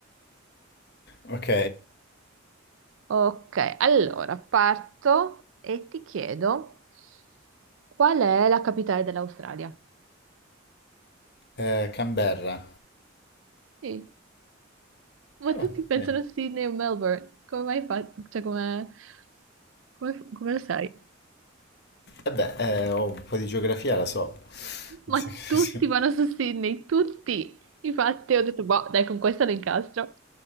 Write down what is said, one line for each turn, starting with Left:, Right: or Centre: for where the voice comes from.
Left: Ok.
Right: Ok, allora parto e ti chiedo qual è la capitale dell'Australia?
Left: Eh, Canberra.
Right: Sì, ma
Left: Ah,
Right: tutti
Left: va
Right: pensano
Left: bene.
Right: a Sydney o Melbourne. Come mai fa? Cioè, come, come, come lo sai?
Left: Eh beh, eh, oh, un po' di geografia la so. <laughs>
Right: Ma tutti vanno su Sydney, tutti. Infatti ho detto, boh, dai, con questa lo incastro.